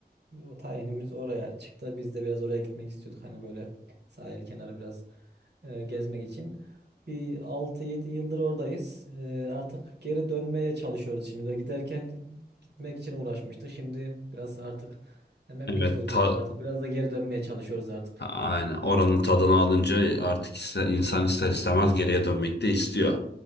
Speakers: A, on the right; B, on the left.
A: o tayinimiz oraya çıktı. Biz de biraz oraya gitmek istiyorduk. Hani böyle sahil kenarı biraz e, gezmek için. Bir altı yedi yıldır oradayız. Ee, artık geri dönmeye çalışıyoruz şimdi. de Giderken gitmek için uğraşmıştık. Şimdi biraz artık ya Memleketi
B: Evet,
A: özledik
B: ta
A: artık. Biraz da geri dönmeye çalışıyoruz artık.
B: aynen oranın tadını alınca artık iste- insan ister istemez geriye dönmek de istiyor.